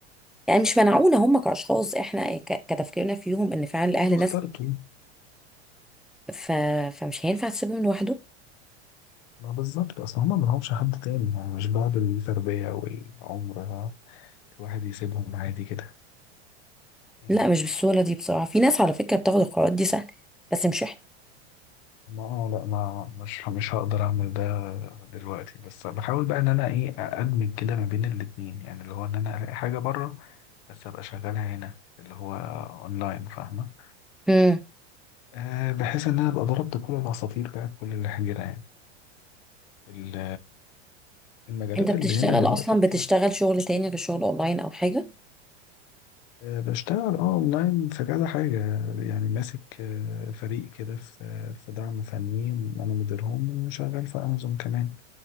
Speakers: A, in the centre; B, on the left.
A: يعني مش منعونا هم كاشخاص احنا ك- كتفكيرنا فيهم ان فعلا الاهل
B: انتوا اخترتوا
A: ناس كده. ف... فمش هينفع تسيبهم لوحده
B: ما بالظبط اصل هما ما لهمش حد تاني يعني مش بعد التربية والعمر الواحد يسيبهم عادي كده يعني
A: لا مش بالسهوله دي بصراحه في ناس على فكره بتاخد القرارات دي سهل بس مش احنا
B: ما لا ما مش مش هقدر اعمل ده دلوقتي بس بحاول بقى ان انا ايه ادمج كده ما بين الاتنين يعني اللي هو ان انا الاقي حاجة بره بس ابقى شغالها هنا اللي هو اونلاين فاهمة
A: امم
B: أه بحيث ان انا ابقى ضربت كل العصافير بقى كل الحجرة يعني ال- المجالات
A: انت بتشتغل
B: اللي هنا دلوقتي
A: اصلا
B: كتير
A: بتشتغل شغل تاني غير شغل اونلاين او حاجه
B: آه، بشتغل اه اونلاين في كذا حاجة يعني ماسك آه، فريق كده في في دعم فني انا مديرهم وشغال في امازون كمان